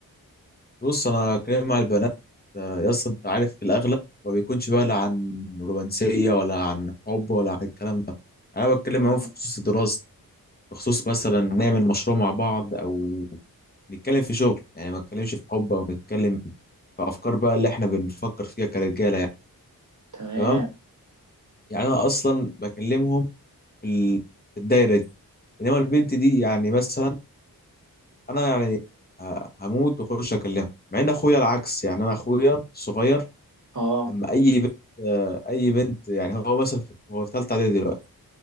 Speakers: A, on the left; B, on the right.
A: بص انا كلام مع البنات آه، يا اسطى انت عارف في الاغلب ما بيكونش بقى لا عن رومانسيه ولا عن حب ولا عن الكلام ده انا بتكلم
B: اه
A: معاهم في خصوص الدراسه بخصوص مثلا نعمل مشروع مع بعض او نتكلم في شغل يعني ما نتكلمش في حب او نتكلم في افكار بقى اللي احنا بنفكر فيها كرجاله
B: تمام
A: تمام يعني انا اصلا بكلمهم في ال- في الدايره دي انما البنت دي يعني مثلا انا يعني ه- هموت واخش اكلمها مع ان اخويا العكس يعني انا اخويا الصغير
B: اه
A: اما اي بنت آه، اي بنت يعني هو مثلا في- هو في ثالثه اعدادي دلوقتي